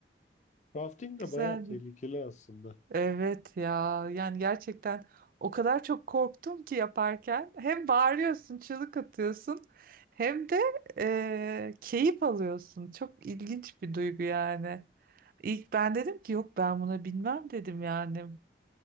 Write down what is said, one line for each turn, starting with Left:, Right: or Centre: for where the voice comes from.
Left: Rafting de
Right: Güzeldi.
Left: bayağı tehlikeli aslında.
Right: Evet ya yani gerçekten o kadar çok korktum ki yaparken hem bağırıyorsun, çığlık atıyorsun hem de e, keyif alıyorsun. Çok ilginç bir duygu yani. İlk ben dedim ki yok ben buna binmem dedim yani